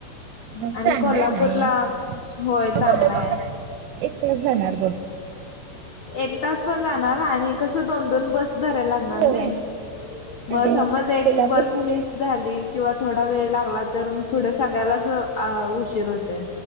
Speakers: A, on the right; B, on the left.
A: मग
B: आणि
A: चांगल
B: कोल्हापूरला
A: आहे ना...
B: होय चांगला आहे
A: एक तास जाणार बघ...
B: एक तास पण जाणार आणि कस दोन दोन बस... धरायला लागणार
A: होय
B: नाही मग
A: आता
B: समज एक
A: कोल्हापूरमध्ये
B: बस मिस झाली... किंवा थोडा वेळ लागला तर पुढं सगळ्यालाच उशीर होतोय.